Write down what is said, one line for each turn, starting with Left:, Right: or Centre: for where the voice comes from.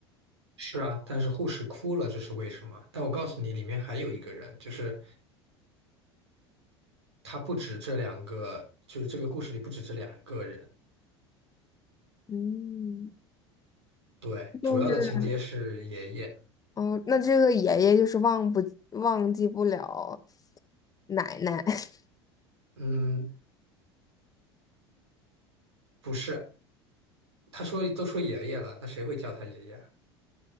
Right: 是啊，但是护士哭了，这是为什么？但我告诉你，里面还有一个人，就是他不止这两个，就是这个故事里不止这两个人，
Left: 嗯，
Right: 对，主要的情节是爷爷，
Left: 就是，哦，那这个爷爷就是忘不忘记不了奶奶。<laughs>
Right: 嗯，不是，他说都说爷爷了，那谁会叫他爷爷啊